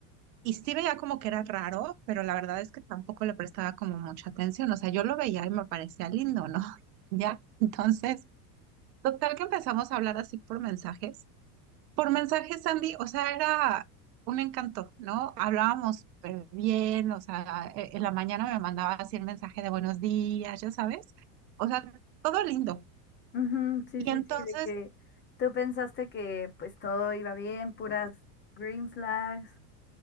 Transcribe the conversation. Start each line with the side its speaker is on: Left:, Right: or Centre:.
Right: y sí veía como que era raro, pero la verdad es que tampoco le prestaba como mucha atención, o sea, yo lo veía y me parecía lindo, ¿no? <laughs> Ya, entonces, total que empezamos a hablar así por mensajes. Por mensajes, Sandy, o sea, era un encanto, ¿no? Hablábamos súper bien, o sea, e- en la mañana me mandaba así el mensaje de buenos días, ya sabes, o sea, todo lindo.
Left: Ujú, sí,
Right: Y
Left: sí,
Right: entonces
Left: sí, de que tú pensaste que pues todo iba bien, puras green flags.